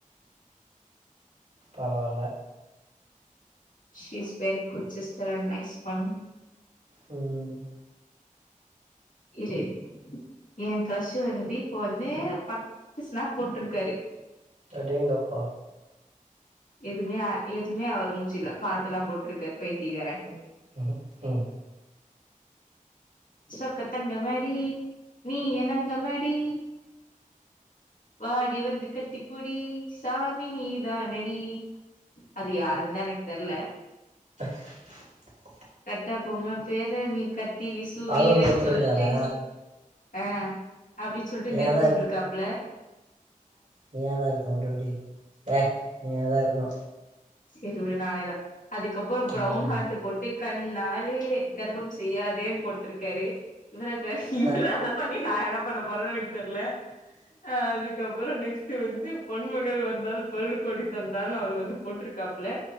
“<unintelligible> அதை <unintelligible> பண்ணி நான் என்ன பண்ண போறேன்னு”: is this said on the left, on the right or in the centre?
Left